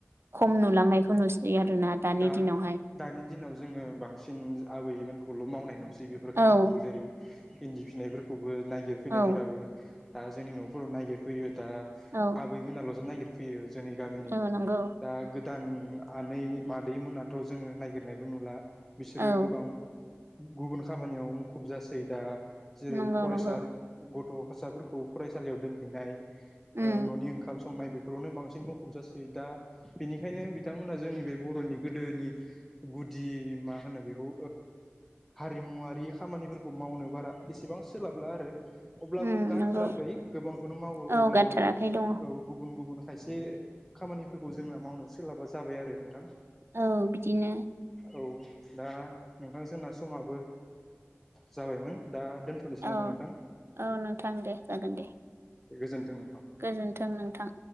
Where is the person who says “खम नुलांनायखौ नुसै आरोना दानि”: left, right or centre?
Right